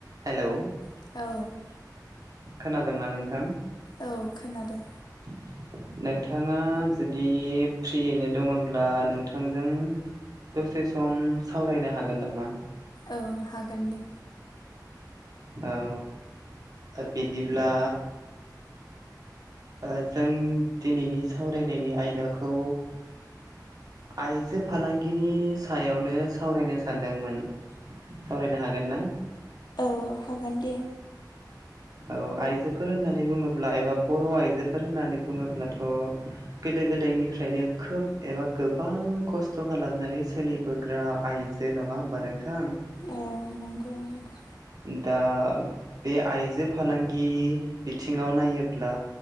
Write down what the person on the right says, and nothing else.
हेल'
खोनादोंना नोंथां?
<inaudible> नोंथाङा जुदि फ्रियैनो दङब्ला नोंथांजों दसे सम सावरायनो हागोन नामा?
औ बिदिब्ला ओ जों दिनैनि सावरायनायनि आयदाखौ आइजो फालांगिनि सायावनो सावरायनो सानदोंमोन। सावरायनो हागोन ना?
औ आइजोफोर होननानै बुङोब्ला एबा बर' आइजोफोर होननानै बुङोब्लाथ' गोदो गोदायनिफ्रायनो खोब एबा गोबां खस्थ' खालामनानै सोलिबो ग्रा आयजो नङा होमबा नोंथां?
दा बे आइजो फालांगि बिथिङाव नायोब्ला